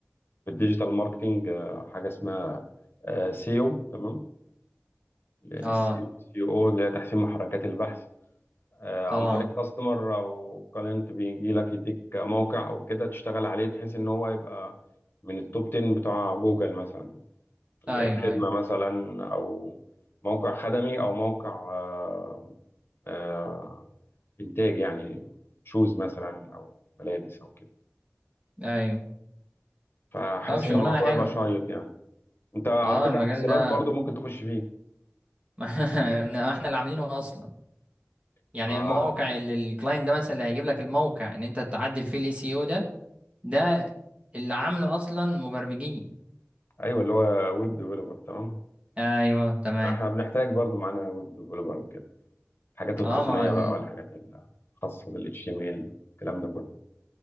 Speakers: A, on the left; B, on the right.
A: في الديجيتال ماركتنج آه، حاجة اسمها سيو تمام السي
B: اه
A: او اللي هي تحسين محركات البحث آه، عن
B: اه
A: طريق كاستمر او كلاينت بيجي لك يديك موقع او كده تشتغل عليه بحيث ان هو يبقى من التوب 10 بتوع جوجل مثلا لخدمة
B: ايوه ايوه
A: مثلا او موقع خدمي او موقع آه، آه، انتاج يعني شوز مثلا او ملابس او كده
B: ايوه
A: فحاسس
B: طب شغلانه
A: ان الموضوع
B: حلوه
A: يبقى شيق يعني انت على
B: اه
A: فكرة
B: المجال
A: حسابات
B: ده
A: برضو ممكن تخش فيه
B: <laughs> ما احنا اللي عاملينه اصلا يعني
A: ما-
B: الموقع اللي الكلاينت ده مثلا اللي هيجيب لك الموقع ان انت تعدل فيه الاي سي او ده ده اللي عامله اصلا مبرمجين
A: ايوه اللي هو ويب ديفلوبر تمام
B: ايوه تمام
A: احنا بنحتاج برضو معانا ويب ديفلوبر وكده الحاجات التقنية
B: اه ما ال...
A: بقى والحاجات الخاصة بال HTML الكلام ده كله